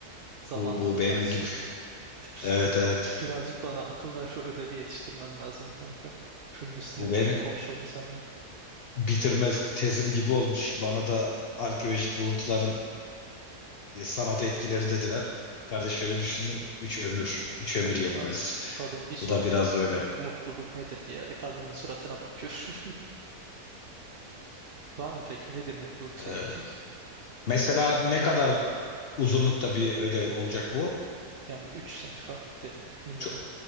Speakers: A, on the right; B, on the left.
A: Zamanında
B: bu bu
A: da
B: benim
A: tartıştık.
B: gibi.
A: <laughs>
B: Evet evet.
A: Birazcık bana akıl ver şu ödevi yetiştirmem lazım kanka. Şunun üstüne
B: Bu
A: birazcık
B: benim
A: konuşalım seninle.
B: bitirme tezim gibi olmuş. Bana da arkeolojik buluntuların e, sanat etkileri dediler. Kardeş şöyle düşündüm. Üç ömür, üç ömür
A: Kanka
B: yetmez.
A: kadın bir sordu
B: Bu da biraz öyle.
A: mutluluk nedir diye kadının suratına bakıyorum. <laughs> Var mı peki nedir mutluluk senin
B: Ee,
A: için?
B: mesela ne kadar uzunlukta bir ödev olacak bu?
A: Yani üç sayfa dedi minimum.
B: Çok,